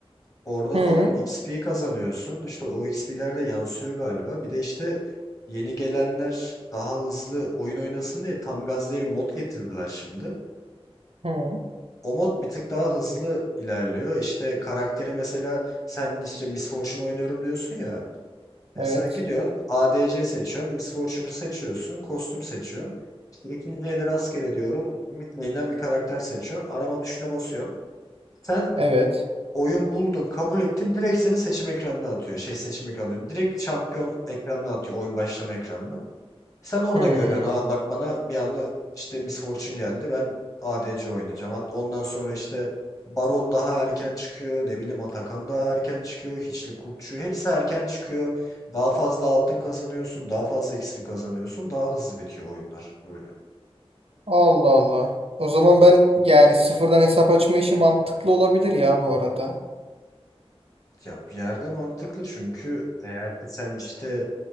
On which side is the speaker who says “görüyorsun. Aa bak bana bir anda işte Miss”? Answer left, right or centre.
Left